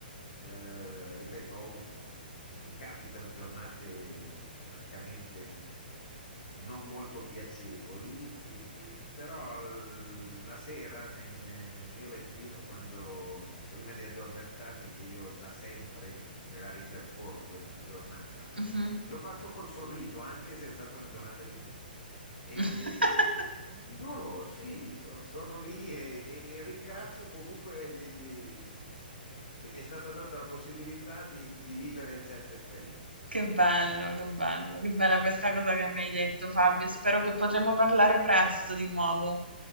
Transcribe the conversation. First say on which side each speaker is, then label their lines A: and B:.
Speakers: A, on the left; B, on the right.
A: Eh, ripeto, ho- mi capitano giornate francamente non molto piacevoli, e- e però l- la sera ne- ne- nel mio lettino, quando, prima di addormentarmi, che io da sempre me la ripercorro questa giornata,
B: Mhm.
A: lo faccio col sorriso, anche se è stata una giornata di merda. E,
B: <laughs>
A: e- gi- giuro, sì, so- sono lì e, e- e ringrazio comunque di- di- che mi è stata data la possibilità di di vivere certe esperienze.
B: Che bello, che bello, che bella questa cosa che mi hai detto, Fabio. Spero che potremo parlare presto di nuovo.